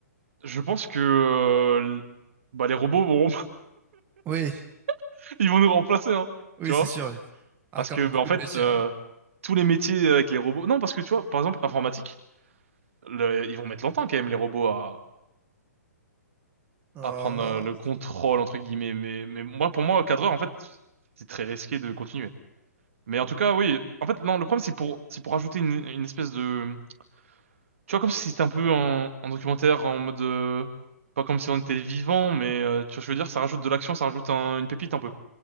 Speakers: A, on the right; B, on the right.
A: je pense que euh, l- bah les robots vont
B: Oui,
A: <laughs> ils vont nous remplacer hein,
B: oui,
A: tu vois?
B: c'est sûr, ouais. Ah,
A: Parce
B: comme
A: que bah,
B: beaucoup
A: en fait
B: de métiers,
A: euh,
B: ouais.
A: tous les métiers avec les robots non parce que tu vois par exemple informatique le- ils vont mettre longtemps quand même les robots à
B: Oh.
A: à prendre euh, le contrôle entre guillemets mais mais moi pour moi cadreur en fait c'est très risqué de continuer. Mais en tout cas oui en fait non le problème c'est pour c'est pour ajouter une une espèce de Tu vois, comme si c'était un peu un, un documentaire en mode... euh, pas comme si on était vivant, mais euh, tu vois, je veux dire, ça rajoute de l'action, ça rajoute un- une pépite un peu.